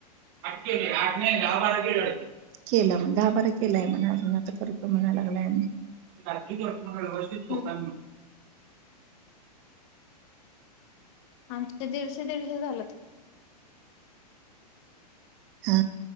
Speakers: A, on the right; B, on the left.
A: आठ केली आठ ने दहा बारा केली केल मग दहा बारा केलय म्हण अजून आत्ता करूका म्हणाय आणि व्यवस्थित
B: हम्म
A: होतय म्हण
B: आमचे दीडशे दीडशे झाल्यात
A: हा